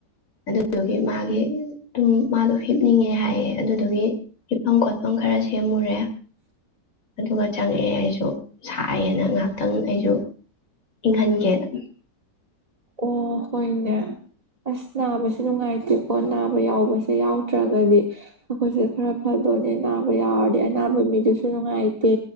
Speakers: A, on the left (about 50°); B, on the right (about 25°).
A: ꯑꯗꯨꯗꯨꯒꯤ ꯃꯥꯒꯤ ꯇꯨꯡ ꯃꯥꯗꯣ ꯍꯤꯞꯅꯤꯡꯉꯦ ꯍꯥꯏꯌꯦꯦ ꯑꯗꯨꯗꯨꯒꯤ ꯏꯤꯐꯝ ꯈꯣꯠꯐꯝ ꯈꯔꯁꯤ ꯁꯦꯝꯃꯨꯔꯦ ꯑꯗꯨꯒ ꯆꯪꯉꯛ ꯑꯦ ꯑꯩꯁꯨ ꯁꯥꯏꯌꯦꯅ ꯉꯥꯛꯇ ꯈꯤꯇꯪ ꯑꯩꯁꯨ ꯏꯪꯍꯟꯒꯦꯅ
B: ꯑꯣ ꯍꯣꯏꯅꯦ ꯑꯁ ꯅꯥꯕꯁꯦ ꯅꯨꯡꯉꯥꯏꯇꯦꯀꯣ ꯅꯥꯕ ꯌꯥꯎꯕꯁꯦ ꯌꯥꯎꯗ꯭ꯔꯒꯗꯤ ꯑꯩꯈꯣꯏꯁꯦ ꯈꯔ ꯐꯗꯣꯅꯦ ꯅꯥꯕ ꯌꯥꯎꯔꯗꯤ ꯑꯅꯥꯕ ꯃꯤꯗꯨꯁꯨ ꯅꯨꯡꯉꯥꯏꯇꯦ